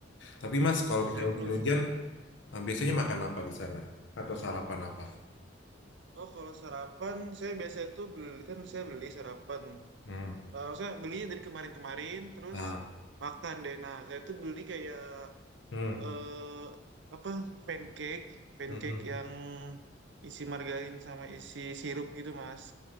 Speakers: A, on the left; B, on the right.
A: Tapi Mas, kalau
B: Oh
A: misalnya
B: saya belum.
A: hujan-hujan, eh, biasanya makan apa di sana? Atau sarapan apa?
B: Oh kalau sarapan saya biasa tuh beli kan saya beli sarapan.
A: Hmm.
B: Nah, saya beli dari kemarin-kemarin terus
A: Nah,
B: makan deh. Nah saya tuh beli kayak
A: Hmm,
B: eh apa pancake, pancake
A: hmm.
B: yang isi margarin sama isi sirup gitu, Mas.